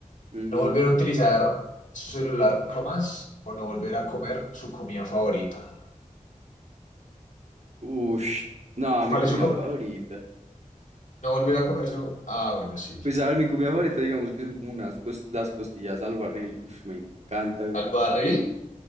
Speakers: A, on the right; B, on the left.
A: Ujú.
B: ¿No volver a utilizar su celular nunca más o no volver a comer su comida favorita?
A: Ush. No, mi
B: ¿Cuál
A: comida
B: es su comida?
A: favorita.
B: ¿No volver a comer su...? Ah, bueno, sí.
A: Pues a ver, mi comida favorita, digamos que son como unas cos- las costillas al barril. Ush, me encanta.
B: ¿Al barril?